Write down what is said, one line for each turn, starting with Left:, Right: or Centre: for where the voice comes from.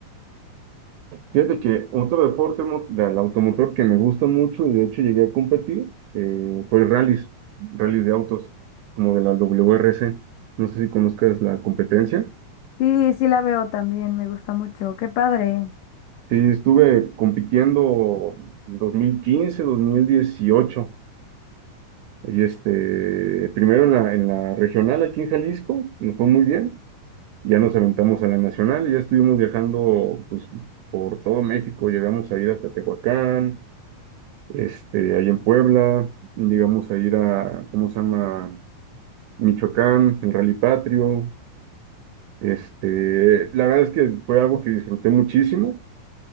Right: Fíjate que otro deporte mo- del automotor que me gusta mucho y de hecho llegué a competir eh, fue rallies, rallies de autos, como de la WRC. No sé si conozcas la competencia.
Left: Sí, sí la veo también, me gusta mucho. Qué padre.
Right: Sí, estuve compitiendo en dos dos mil quince, dos mil dieciocho. Y este, primero en la, en la regional aquí en Jalisco, nos fue muy bien. Ya nos aventamos a la nacional y ya estuvimos viajando pues, por todo México. Llegamos a ir hasta Tehuacán, este, ahí en Puebla, digamos a ir a, ¿cómo se llama? Michoacán, el Rally Patrio. Este, la verdad es que fue algo que disfruté muchísimo.